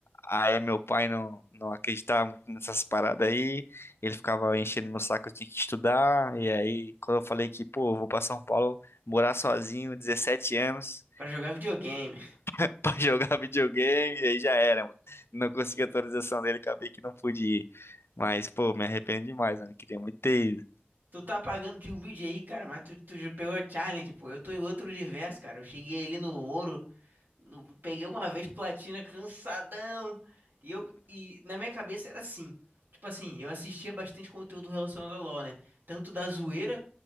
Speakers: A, on the left (about 85°); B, on the right (about 55°).
A: aí meu pai não, não acreditava muito nessas paradas aí. Ele ficava enchendo meu saco, eu tinha que estudar. E aí, quando eu falei que, pô, eu vou pra São Paulo morar sozinho, 17 anos,
B: Pra jogar videogame.
A: <laughs> pra jogar videogame, e aí já era, mano. Não consegui a atualização dele, acabei que não pude ir. Mas, pô, me arrependo demais, mano. Queria muito ter ido.
B: Tu tá pagando de humilde aí, cara, mas tu, tu já pegou a challenge, pô. Eu tô em outro universo, cara. Eu cheguei ali no ouro, Eu Peguei uma vez platina cansadão. E eu e na minha cabeça era assim. Tipo assim, eu assistia bastante conteúdo relacionado a LoL, né? Tanto da zoeira